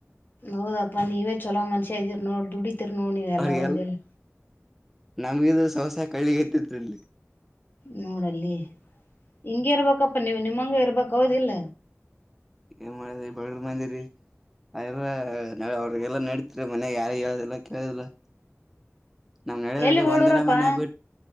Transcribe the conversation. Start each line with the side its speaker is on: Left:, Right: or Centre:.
Left: ಹೌದಪ್ಪಾ ನೀವೇ ಚೊಲೋ ಮನಷ್ಯಇದಿರ ನೋಡ್ ದುಡಿತಿರ್ ನೋಡ್ ನೀವೆ ಎಲ್ಲಾ
Centre: ಅವ್ರಿಗೆಲ್
Left: ಹೋದಇಲ್ಲ
Centre: ನಮ್ಗಿದು ಸವಸ ಕಳ್ಳಿಗೆ ಹತ್ತೇತ್ರಿ ಇಲ್ಲಿ
Left: ನೋಡಲ್ಲಿ ಹಿಂಗೆ ಇರ್ಬೇಕಪ್ಪ ನೀವು ನಿಮ್ಮಂಗ ಇರ್ಬೇಕ ಹೌದಿಲ್ಲ
Centre: ಏನ್ ಮಾಡದ್ರಿ ಬಡರ್ ಮಂದಿರಿ ಅರ ಅವ್ರಿಗೆಲ್ಲಾ ನಡತಿರಿ ಮನೆ ಯಾರಿಗಿ ಹೇಳದಿಲ್ಲಾ ಕೇಳದಿಲ್ಲಾ ನಮ್ಮ ನಡದಿಲ್ಲರಿ
Left: ಎಲ್ಲಿ ಓಡೋರಪ್ಪಾ
Centre: ಒಂದಿನ ಮನ ಬಿಟ್ಟ